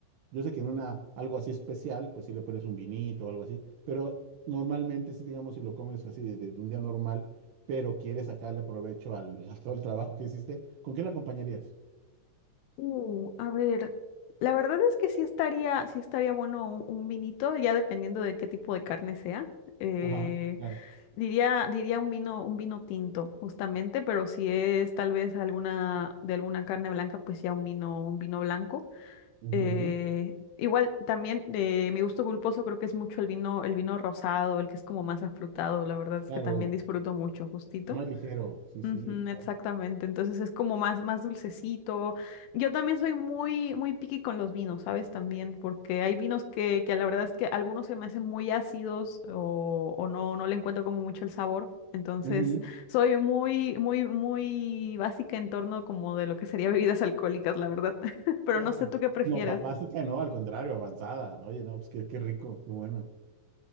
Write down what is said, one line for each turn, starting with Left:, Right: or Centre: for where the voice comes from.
Right: Yo sé que en una, algo así especial, pues sí le pones un vinito o algo así, pero normalmente sí, digamos, si lo comes así de, de- de un día normal, pero quieres sacarle provecho al, <laughs> a todo el trabajo que hiciste, ¿con qué lo acompañarías?
Left: Uh, a ver, la verdad es que sí estaría, sí estaría bueno un, un vinito, ya dependiendo de qué tipo de carne sea. Eh,
Right: Ajá, claro.
Left: diría, diría un vino, un vino tinto, justamente, pero si es tal vez alguna, de alguna carne blanca, pues ya un vino, un vino blanco.
Right: Ujú,
Left: Eh, igual también eh, mi gusto culposo creo que es mucho el vino, el vino rosado, el que es como más afrutado, la verdad es
Right: claro,
Left: que también disfruto mucho, justito.
Right: más ligero, sí,
Left: Ujú,
Right: sí.
Left: exactamente,
Right: claro.
Left: entonces es como más, más dulcecito. Yo también soy muy, muy picky con los vinos, ¿sabes? También, porque hay vinos que, que la verdad es que algunos se me hacen muy ácidos o, o no, no le encuentro como mucho el sabor. Entonces,
Right: Ujú.
Left: soy muy, muy, muy básica en torno como de lo que sería <laughs> bebidas alcohólicas, la verdad. <laughs> Pero
Right: No,
Left: no sé tú qué prefieres.
Right: no, ba- básica no, al contrario, avanzada. Oye, no, pues qué, qué rico, qué bueno.